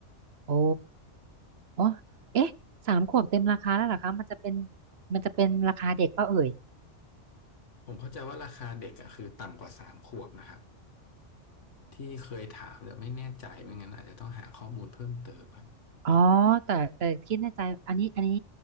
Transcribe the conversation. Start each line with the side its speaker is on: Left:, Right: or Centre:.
Right: โอ้อ๋อเอ๊ะสามขวบเต็มราคาแล้วเหรอคะมันจะเป็นมันจะเป็นราคาเด็กเปล่าเอ่ย
Left: ผมเข้าใจว่าราคาเด็กอะคือต่ำกว่าสามขวบนะครับที่เคยถามแต่ไม่แน่ใจไม่งั้นอาจจะต้องหาข้อมูลเพิ่มเติมครับ
Right: อ๋อแต่แต่คิดในใจอันนี้อันนี้